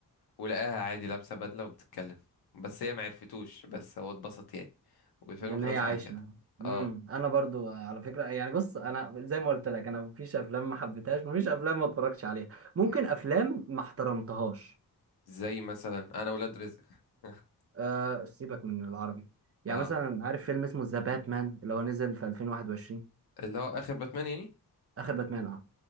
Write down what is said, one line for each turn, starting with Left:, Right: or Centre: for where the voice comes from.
Left: ولقاها عادي لابسة بدلة وبتتكلم بس هي ما عرفتوش بس هو اتبسط يعني والفيلم
Right: لان
Left: خلص
Right: هي عايشه
Left: على كده
Right: امم
Left: اه
Right: انا برضو على فكره يعني بص انا زي ما قلت لك انا مفيش افلام ما حبيتهاش مفيش افلام ما اتفرجتش عليها ممكن
Left: مم.
Right: افلام ما احترمتهاش
Left: زي مثلا انا ولاد رزق <laughs>
Right: أه سيبك من العربي يعني
Left: اه
Right: مثلا عارف فيلم اسمه ذا باتمان اللي هو نزل في 2021
Left: اللي هو اخر باتمان يعني
Right: اخر باتمان اه